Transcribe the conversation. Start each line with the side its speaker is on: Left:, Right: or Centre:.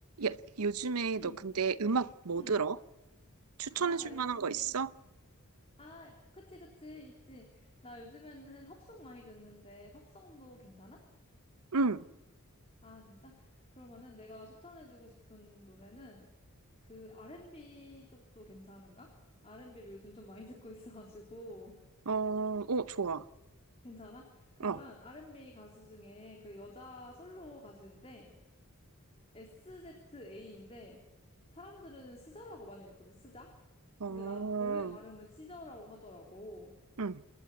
Right: 야, 요즘에
Left: 응,
Right: 너 근데 음악 뭐
Left: 응.
Right: 들어? 추천해줄
Left: 아, 나
Right: 만한
Left: 요즘에.
Right: 거 있어?
Left: 아, 그치, 그치, 있지. 나 요즘에는 팝송 많이 듣는데, 팝송도 괜찮아?
Right: 응.
Left: 아, 진짜? 그러면은 내가 추천해주고 싶은 노래는 그 R&B 쪽도 괜찮은가? R&B를 요즘 좀 많이 <laughs> 듣고 있어가지고.
Right: 어, 어, 좋아.
Left: 괜찮아? 그러면
Right: 어,
Left: R&B 가수 중에 그 여자 솔로 가수인데, SZA인데, 사람들은 스자라고 많이 읽거든, 스자?
Right: 어,
Left: 근데 나, 원래 발음은 시저라고 하더라고.
Right: 응,